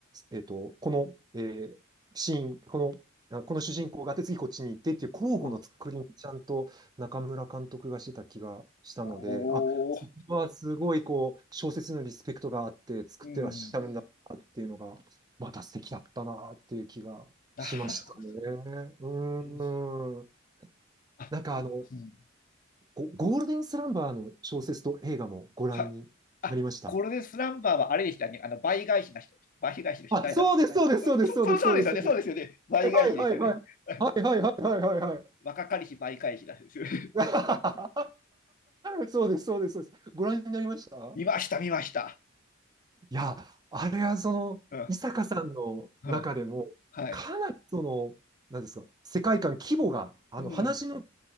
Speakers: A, on the right; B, on the left.
A: う、えっと、この、えーシーン、この、あこの主人公があって次こっちに行ってっていう交互の作りにちゃんと中村監督がしてた気がしたので、
B: うんお
A: あ、そこはすごいこう、
B: お、
A: 小説のリスペクトがあって作ってらっしゃるんだなっていうのが、
B: うん。
A: また素敵だったなっていう気がしましたね。
B: なるほど。
A: う
B: うん。
A: ーん。
B: あ、
A: なんかあの、
B: あうん。
A: ゴゴールデンスランバーの小説と映画もご覧になりました
B: はい。あ、これでスランバーはあれでしたね。あの、倍返しな人。倍返しの人、
A: あ、
B: 誰だっけうんそ、
A: そうです、そうです、そうです、そうです、
B: そうそうですよね。
A: そうです。そう
B: そうですよね。倍返しですよね。
A: ですはいはいはい。
B: <laughs>
A: はいはいはいはいはい
B: 若かりし倍返しなんですよね。
A: はい。<laughs> そうです、そうです、そうです。ご覧になりました
B: <laughs> 見ました、見ました。
A: いや、あれはその、
B: うん。
A: 伊坂さんの中でも、
B: うん。はい。
A: かなりその、なんですか、世界観、規模が、あの、
B: うん、
A: 話の